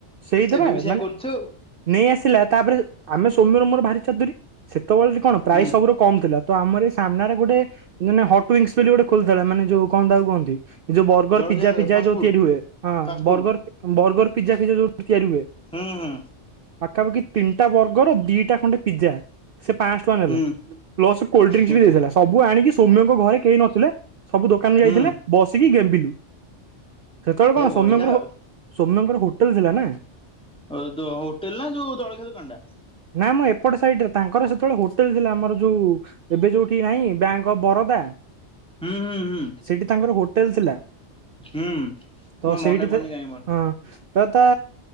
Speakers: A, on the right; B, in the centre.
A: ସେଇତ
B: ଏବେ
A: ବା
B: ବି ସେଇଆ
A: ମାନେ
B: କରୁଛୁ ଆଉ।
A: ନେଇ ଆସିଲା ତାପରେ ଆମେ ସୋମ୍ୟ ର ମୋର ଭାରି ଚତୁରୀ ସେତ ବେଳେ ଯେ କଣ ପ୍ରାଇଜ୍‌
B: ହୁଁ
A: ସବୁୁ ର କମ ଥିଲା ତ ଆମର ଏଇ ସାମ୍ନାରେ ଗୋଟେ ମାନେ ହଟ୍ ୱିସ ବୋଲି ଗୋଟେ ଖୋଲିୁଥିଲା ମାନେ ଯୋଉ କଣ ତାକୁ କୁହନ୍ତି ଯୋଉ ବର୍ଗର
B: ଜଳଖିଆ
A: ପିଜା ପିଜା
B: ଫାଷ୍ଟ
A: ଯୋଉ
B: ଫୁଡ
A: ତିଆରି ହୁଏ ହଁ
B: ଫାଷ୍ଟ ଫୁଡ
A: ବର୍ଗର ତମ ବର୍ଗର ପିଜା ଫିଜା ଯଉିଟି ତିଆରି ହୁଏ।
B: ହୁଁ ହୁଁ।
A: ପାଖାପାଖି ତିନିଟା ବର୍ଗର ଦିଟା ଖଣ୍ଡେ ପିଜା। ସେ ପାଆଁସହ ଟଙ୍କା ନେଲା
B: ହୁଁ
A: ପ୍ଲସ କୋଲ୍ଡ ଡ୍ରିଙ୍କସ
B: ଏ
A: ବି
B: ଭାଇ
A: ଦେଇଦେଲା ସବୁ ଆଣିକି ସୌମ୍ୟଙ୍କ ଘରେ କେହି ନଥିଲେ ସବୁ ଦୋକାନ
B: ହୁଁ
A: ଯାଇଥିଲେ ବସିକି ଗେମ୍ବିଲୁ। ସେତେ ବେଳେ କଣ
B: ଏ ବଢିଆ
A: ସୋମ୍ୟଙ୍କର
B: ଆଉ।
A: ସୋମ୍ୟଙ୍କର ହୋଟେଲ ଥିଲା ନା।
B: ଅ ଦୋଉ ହୋଟେଲ ନା ଯୋଉ ଜଳଖିଆ ଦୋକାନା ଟା।
A: ନା ମ ଏପଟେ ସାଇଡ ରେ ତାଙ୍କର ସେତେବେଳେ ହୋଟେଲ ଥିଲା ଆମର ଯୋଉ ଏବେ ଯୋଉଠି ନାହିଁ ବ୍ୟାଙ୍କ ଅଫ୍ ବରୋଦା।
B: ହୁଁ ହୁଁ। ହୁଁ
A: ସେଇଠି ତାଙ୍କର ହୋଟେଲ ଥିଲା
B: ହୁଁ।
A: ତ
B: ମୋ
A: ସେଇଠି
B: ମନେ ପଡୁନି
A: ତ
B: କାଇଁ ମୋର
A: ହଁ ତ ତା